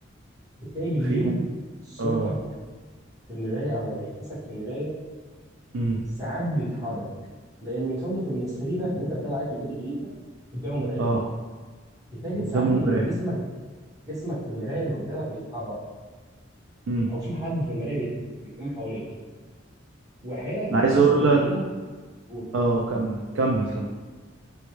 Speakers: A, on the right (about 15°); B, on the right (about 75°).
A: بتلاقي بالليل
B: في م...
A: صورتك
B: اه
A: في المرايه او انعكاسك في المرايه
B: امم
A: ساعات بيتحرك لان يصادف ان سريرك اللي انت بتنام عليه في البيت الجديد ده قدامه مرايه
B: اه
A: بتجد
B: قدامه
A: ساعات ان
B: مراية
A: جسمك جسمك في المرايه اللي قدامك بيتحرك
B: امم
A: او في حد في المرايه بيت- بيقوم حواليك واحيانا حتى
B: انا عايز
A: تصحى
B: اقول
A: من النوم
B: لك
A: تقول
B: اه كمل كمل كمل